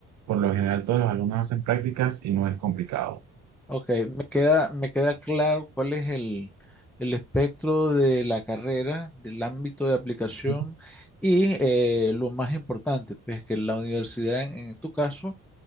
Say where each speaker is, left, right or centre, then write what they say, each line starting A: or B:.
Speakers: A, on the right; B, in the centre.
A: por lo general todos los alumnos hacen prácticas y no es complicado.
B: Ok, me queda, me queda claro cuál es el, el espectro de la carrera, del ámbito de aplicación
A: Ujú,
B: y eh, lo más importante, pues que la universidad en, tu caso,